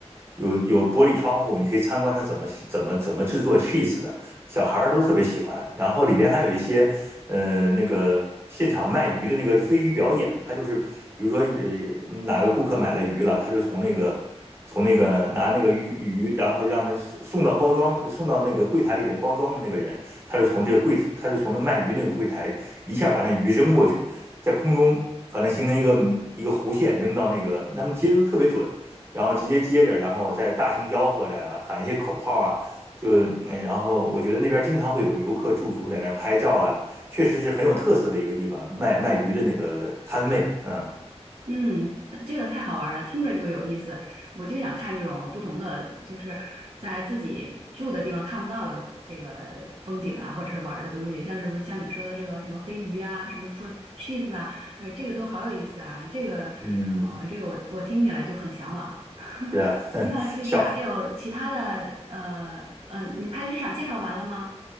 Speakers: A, on the right; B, on the right.
A: 有有玻璃窗户，你可以参观他怎么怎么怎么制作 cheese 的。小孩儿都特别喜欢。然后里边还有一些呃那个现场卖鱼的那个飞鱼表演，他就是比如说呃哪个顾客买了鱼了，他就从那个从那个拿那个鱼鱼，然后让他送送到包装送到那个柜台里边包装的那个人，他就从这个柜他就从那卖鱼那个柜台一下把那鱼扔过去，在空中。反正形成一个一个弧线，扔到那个，他们接的都特别准，然后直接接着，然后再大声吆喝着啊，喊一些口号啊，就嗯然后我觉得那边经常会有游客驻足在那儿拍照啊，确实是很有特色的一个地方，卖卖鱼的那个摊位，嗯
B: 嗯，这个太好玩儿了，听着就有意思。我就想看这种不同的，就是在自己住的地方看不到的这个风景啊，或者是玩儿的东西。像这时候像你说的这个什么飞鱼啊，什么说 cheese 啊，哎，这个都好有意思啊。这个，
A: 嗯，
B: 呃，这个我我听起来就很向往。
A: 对啊，
B: 那其实还有其他的，
A: 小
B: 呃呃，你派对市场介绍完了吗？